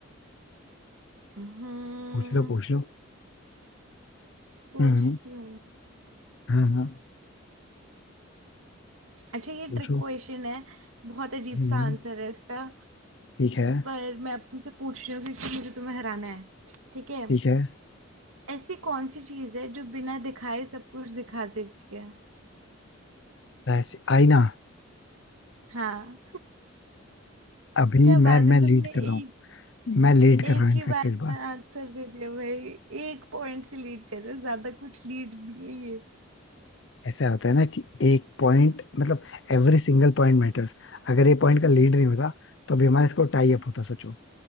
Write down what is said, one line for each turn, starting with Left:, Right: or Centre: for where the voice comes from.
Right: हम्म
Left: पूछ लो पूछ लो
Right: सोचती
Left: हम्म
Right: हूँ
Left: हाँ हाँ
Right: अच्छा ये
Left: पूछो
Right: ट्रिक क्वेश्चन है बहुत अजीब
Left: हम्म
Right: सा आंसर है इसका
Left: ठीक है
Right: पर मैं अब तुमसे पूछ रही हूँ क्योंकि मुझे तुम्हें हराना है ठीक है
Left: ठीक है
Right: ऐसी कौन सी चीज है जो बिना दिखाए सब कुछ दिखा देती है
Left: वैसे आईना
Right: हाँ
Left: अभी
Right: क्या बात
Left: मैं
Right: है
Left: मैं
Right: तुमने
Left: लीड कर रहा
Right: एक
Left: हूँ मैं लीड
Right: एक
Left: कर रहा हूँ इनफैक्ट
Right: ही बार
Left: इस बार
Right: में आंसर दे दिया भाई एक पॉइंट से लीड कर रहे हो ज्यादा कुछ लीड नहीं है ये
Left: ऐसा होता है ना कि एक पॉइंट मतलब एवरी सिंगल पॉइंट मैटर्स अगर ये पॉइंट का लीड नहीं होता तो अभी हमारा स्कोर टाई अप होता सोचो